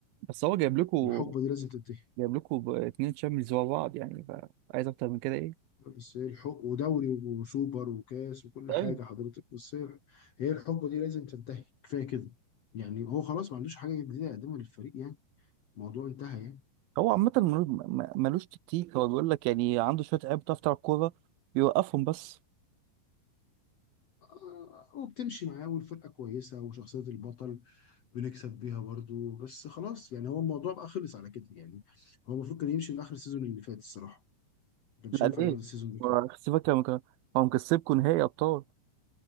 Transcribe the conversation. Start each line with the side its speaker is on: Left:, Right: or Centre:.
Right: بس هو جايب لكم
Left: الحقبه دي لازم تنتهي
Right: جايب لكم اثنين تشامبيونز ورا بعض يعني فعايز اكتر من كده ايه
Left: بس هي الحق ودوري وسوبر وكاس وكل حاجه
Right: ايوه
Left: حضرتك بس هي هي الحقبه دي لازم تنتهي كفايه كده يعني هو خلاص ما عندوش حاجه جديده يقدمها للفريق يعني الموضوع انتهى يعني
Right: هو عامة ملو- م- ملوش تكتيك هو بيقول لك يعني عنده شوية لعيبة بتعرف تلعب كورة بيوقفهم بس
Left: آه، وبتمشي معاه والفرقه كويسه وشخصيه البطل بنكسب بيها برضو بس خلاص يعني هو الموضوع بقى خلص على كده يعني هو المفروض كان يمشي من اخر السيزون اللي فات الصراحه ما كانش
Right: لا
Left: ينفع
Right: ليه؟
Left: يقعد السيزون ده كمان
Right: هو سيبك يا مك- هو مكسبكوا نهائي أبطال